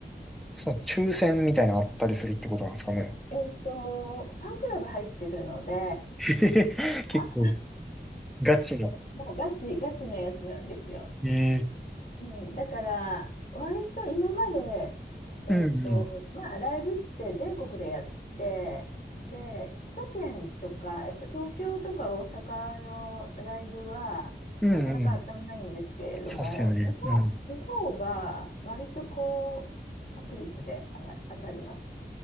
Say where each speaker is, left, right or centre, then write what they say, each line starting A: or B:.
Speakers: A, in the centre; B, on the left.
A: その抽選みたいなのあったりするってことなんですかね。
B: えっと、ファンクラブ入ってるので、
A: <laughs> へへへ結構、
B: まあ、
A: ガチの。
B: もうガチ、ガチなやつなんですよ。
A: えー
B: うん、だから、割と今まで、えっと、
A: うんうん。
B: まあ、ライブって全国でやって、で、首都圏とか、やっぱ東京とか大阪のライブは、
A: うんうん。
B: なかなか当たんないんですけれども、
A: そうっすよね。
B: 地方、
A: うん。
B: 地方は割と高確率で上が当たります。